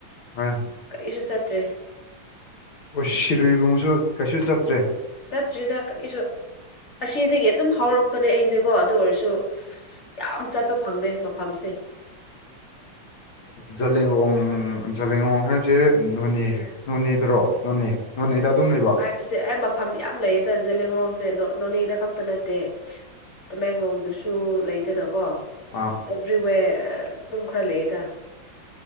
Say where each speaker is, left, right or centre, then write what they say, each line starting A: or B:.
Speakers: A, on the left; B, on the left.
A: ꯍꯣꯏ
B: ꯀꯔꯤꯁꯨ ꯆꯠꯇ꯭ꯔꯦ
A: ꯑꯣꯁ ꯁꯤꯔꯣꯏꯒꯨꯝꯕꯁꯨ ꯀꯩꯁꯨ ꯆꯠꯇ꯭ꯔꯦ
B: ꯆꯠꯇ꯭ꯔꯤꯗ ꯀꯔꯤꯁꯨ ꯑꯁꯤꯗꯒꯤ ꯑꯗꯨꯝ ꯍꯧꯥꯎꯔꯛꯄꯅꯦ ꯑꯩꯁꯦꯀꯣ ꯑꯗꯨ ꯑꯣꯏꯔꯁꯨ ꯌꯥꯝ ꯆꯠꯄ ꯐꯪꯗꯦ ꯃꯐꯝꯁꯦ
A: ꯖꯦꯂꯤꯌꯥꯡꯂꯣꯡ ꯁꯦ ꯅꯣꯅꯦ
B: ꯎꯝ
A: ꯅꯣꯅꯦꯗ꯭ꯔꯣ ꯅꯣꯅꯦ ꯅꯣꯅꯦꯗ ꯑꯗꯨꯝ ꯂꯩꯕꯣ
B: ꯑꯩꯁꯦ ꯑꯩ ꯃꯐꯝ ꯌꯥꯝ ꯂꯩꯌꯦꯗ ꯖꯦꯂꯤꯌꯥꯡꯂꯣꯡꯁꯦ ꯅꯣꯅꯦꯗ ꯈꯛꯇ ꯅꯠꯇꯦ ꯇꯃꯦꯡꯂꯣꯡꯗꯨꯁꯨ ꯂꯩꯗꯅꯀꯣ ꯑꯦꯚ꯭ꯔꯤꯋꯦꯌ꯭ꯔ
A: ꯑꯥ
B: ꯑꯗꯨꯝ ꯈꯔ ꯂꯩꯏꯗ